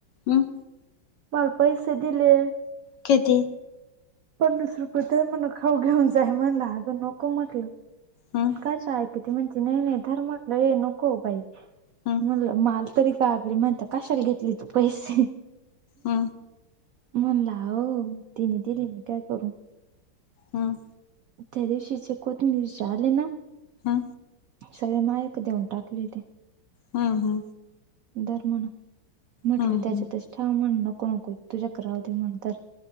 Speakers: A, on the left; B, on the right.
A: हम्म.
B: मला पैसे दिले.
A: किती?
B: पन्नास रुपये तर मण खाऊ घेऊन जाय म्हणला अग नको म्हटलं,
A: हम्म
B: कायच किती म्हण नाही नाही धर् म्हटलं ये नको बाई
A: हम्म
B: म्हटलं माल तरी गागली म्हणती कशाला घेतली तू पैसे!
A: हम्म
B: मी म्हणलं अओ, तिने दिली मी काय करू!
A: हम्म
B: त्या दिवशीचे कोथिंबीरचे आले ना.
A: हा.
B: सगळे मायक देऊन टाकली ते.
A: हा हा.
B: दर म्हणा, म्हटले
A: हम्म हम्म
B: त्याच्यातच ठेव म्हण नको नको तुझ्याक्रवध म्हण तर.